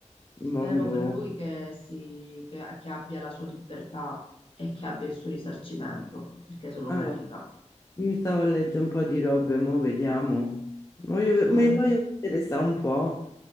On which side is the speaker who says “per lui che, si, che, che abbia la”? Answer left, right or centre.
Left